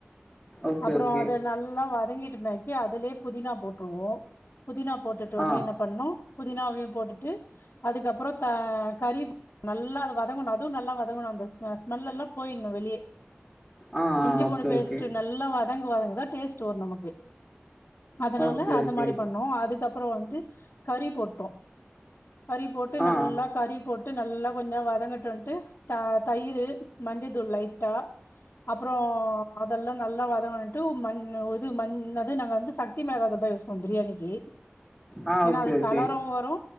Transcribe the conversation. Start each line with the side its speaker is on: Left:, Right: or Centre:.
Centre: ஓகே
Left: அப்புறோ
Centre: ஓகே
Left: அது நல்லா வர வதங்கிட்டின்னாக்கி அதுலயே புதினா போட்ருவோ புதினா போட்டுட்டோ உன்னே
Centre: ஆ
Left: என்ன பண்ணு புதினாவையு போட்டுட்டு அதுக்கப்புறோ த கறி நல்லா அது வதங்கணு அதுவு நல்லா வதங்கணு அந்தஸ் ஸ்மெல்லெல்லா போய்ட்ணு வெளிய
Centre: ஆ ஆ
Left: இஞ்சி பூன்டு
Centre: ஓகே
Left: பேஸ்ட்டு
Centre: ஓகே
Left: நல்லா வ வதங்கு வதங்குதா டேஸ்ட் வரு நமக்கு அதனால
Centre: ஓகே
Left: அந்த
Centre: ஓகே
Left: மாரி பண்ணோ அதுக்கப் அப்புற வந்து கறி போட்டோ கறி போட்டு
Centre: ஆ
Left: நல்லா கறி போட் ட்டு நல்லா கொஞ்ச நெர வதங்கட்டுன்ட்டு த தயிறு மஞ்சத் மஞ்சதுல் லைட்டா அப்புறோ அதெல்லா நல்லா வதங்கன்ட்டு உ மஞ் இது ம் இன்னது நாங்க வந்து சக்தி மிலாகதுள் தா யூஸ் பன்னோ பிரியாணிக்கு
Centre: ஆ
Left: ஏனா
Centre: ஓகே
Left: அது
Centre: ஓகே
Left: கலரு வரு